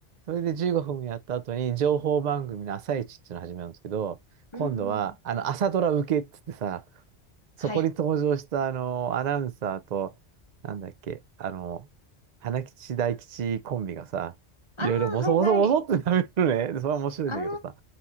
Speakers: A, on the right; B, on the left.
A: それで15分やった後に、情報番組の朝一っていうのを始めるんですけど、今度は、
B: うんうん。
A: あの、朝ドラ受けっつってさ、そこに登場したあの、
B: はい。
A: アナウンサーと、なんだっけ、あの、花吉大吉コンビがさ、
B: ああ、
A: いろいろボソボソボソってなめるのね。
B: はいはい。
A: それは面白いんだけどさ。
B: ああ、